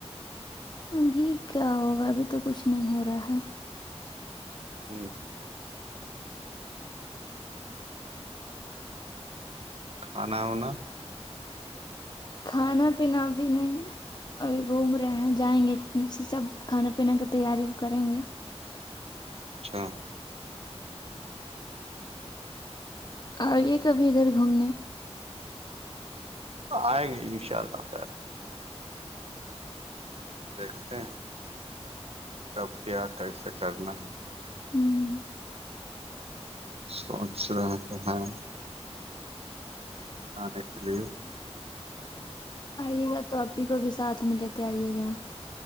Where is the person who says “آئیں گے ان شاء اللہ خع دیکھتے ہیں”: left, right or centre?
Right